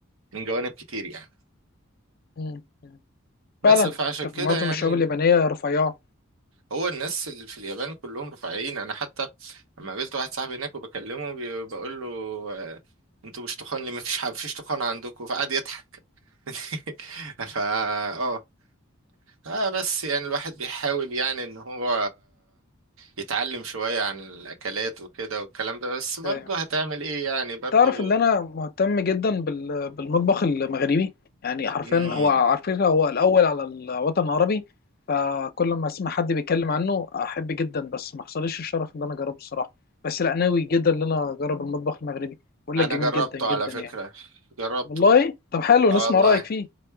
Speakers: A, on the right; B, on the left.
A: من جوانب كتير يعني
B: مم. مم.
A: بس
B: فعلا
A: فعشان
B: انت
A: كده
B: معظم
A: يعني
B: الشباب اليابانيه رفيعه
A: هو الناس اللي في اليابان كلهم رفيعين انا حتى لما قابلت واحد صاحبي هناك وبكلمه بي- بقول له آه، انتوا مش تخان ليه ما فيش ما فيش تخان عندكم فقعد يضحك <laughs> فا اه اه بس يعني الواحد بيحاول يعني ان هو يتعلم شوية عن الاكلات وكده والكلام ده بس برضه
B: يعني
A: هتعمل ايه يعني برضه
B: تعرف ان انا مهتم جدا بال... بالمطبخ المغربي يعني حرفيا
A: مم.
B: هو عارفين هو الاول على الوطن العربي فكل ما اسمع حد بيتكلم عنه احب جدا بس ما حصلش الشرف ان انا اجربه الصراحه بس لا ناوي جدا ان انا اجرب المطبخ المغربي بقول
A: انا
B: لك جميل
A: جربته
B: جدا جدا
A: على فكرة
B: يعني
A: جربته
B: والله طب حلو
A: اه
B: نسمع
A: والله
B: رايك فيه